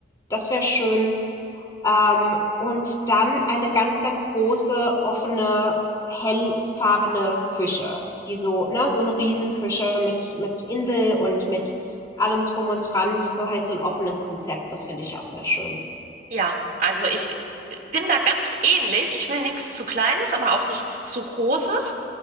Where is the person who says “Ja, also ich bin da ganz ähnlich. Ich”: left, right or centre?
Right